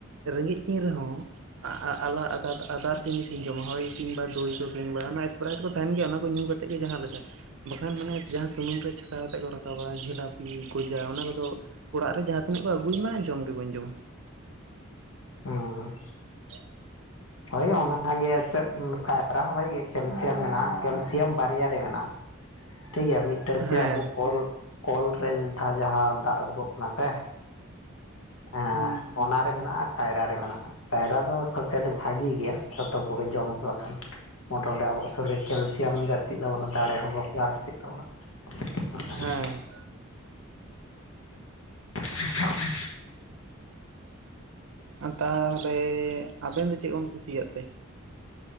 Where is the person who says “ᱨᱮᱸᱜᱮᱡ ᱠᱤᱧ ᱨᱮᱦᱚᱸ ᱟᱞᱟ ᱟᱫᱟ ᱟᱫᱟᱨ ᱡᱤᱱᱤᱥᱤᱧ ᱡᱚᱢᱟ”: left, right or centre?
Right